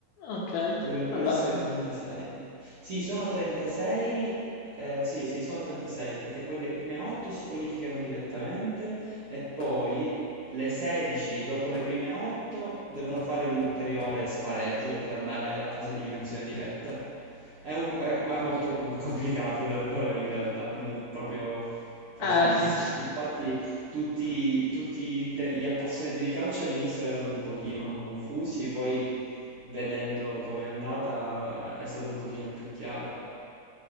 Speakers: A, on the left; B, on the right.
A: Okay,
B: Dovrebbero
A: vabbè.
B: essere 36. Sì, sono 36. eh, sì, sì, sono 36, perché poi le prime 8 si qualificano direttamente e poi le 16 dopo le prime 8 devono fare un ulteriore spareggio per andare alla fase eliminazione diretta. È, un- è- è molto complicato da fare in realtà, non è proprio facilissimo.
A: Eh sì.
B: Infatti tutti, tutti gli inte- gli appassionati di calcio all'inizio erano un pochino confusi, poi vedendo com'è andata è stato un pochino più chiaro.